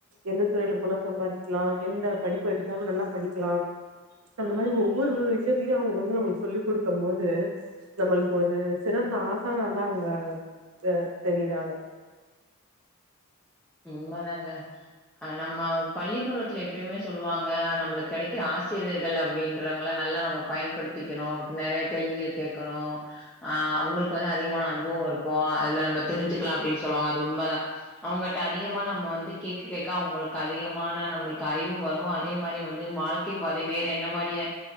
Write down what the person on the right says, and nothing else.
எந்த துறையில போனா சம்பாரிக்லா, எந்த படிப்பு எடுத்தா நல்லா படிக்லா அந்த மாரி ஒவ்வொரு விஷயத்துலயு அவுங்க வந்து நம்மளுக்கு சொல்லிக் குடுக்கம்போது நம்மளுக்கு ஒரு சிறந்த ஆசானா தா அவுங்க ஹ தெரியிறாங்க